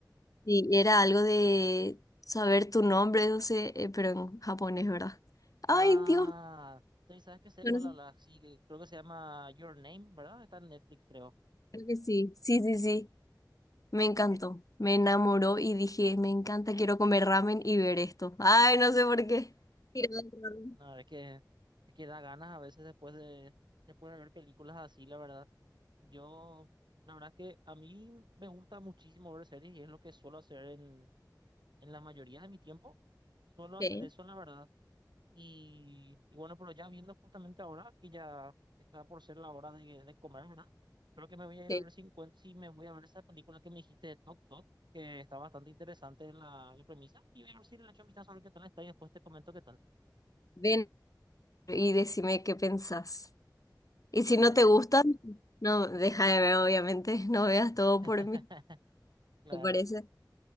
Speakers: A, on the left; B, on the right.
A: Sí, era algo de saber tu nombre, no sé, eh, pero en japonés, ¿verdad?
B: Ah,
A: Ay, Dios.
B: sí, ¿sabes que sé
A: Yo
B: cuál
A: no
B: habla? Sí, que creo que se llama Your Name, ¿verdad? Está en Netflix, creo.
A: Creo que sí. Sí, sí, sí. Me encantó, me enamoró y dije, me encanta, quiero comer ramen y ver esto. Ay, no sé por qué. Tirado al ramen.
B: No, es que, es que da ganas a veces después de, después de ver películas así, la verdad. Yo, la verdad es que a mí me gusta muchísimo ver series y es lo que suelo hacer en, en la mayoría de mi tiempo. Suelo hacer
A: Sí,
B: eso, la verdad. Y, y bueno, pero ya viendo justamente ahora que ya está por ser la hora de, de comer, ¿verdad? Creo que me voy a ir
A: sí.
B: a ver si, encuent- si me voy a ver esa película que me dijiste de Tok Tok, que está bastante interesante la, la premisa. Y voy a ver si le echo un vistazo a ver qué tal está y después te comento qué tal.
A: Ven y decime qué pensás. Y si
B: Dale,
A: no te gustan, no, deja de ver, obviamente, <laughs> no veas todo
B: <laughs>
A: por mí,
B: claro.
A: ¿te parece?